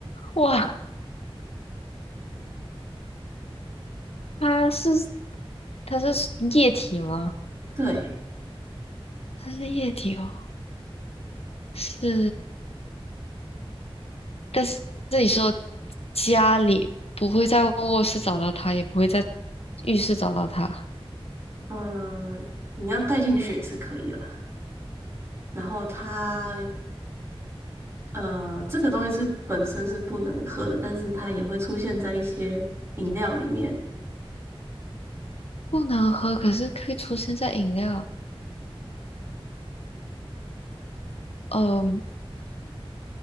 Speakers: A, on the left; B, on the right.
A: 哇，它是它是液体吗？
B: 对，
A: 它是液体哦，是。但是这里说家里不会在卧室找到它，也不会在浴室找到它，
B: 呃，你要带进去也是可以啦。然后它呃，这个东西是本身是不能喝的，但是它也会出现在一些饮料里面。
A: 不能喝，可是会出现在饮料。嗯，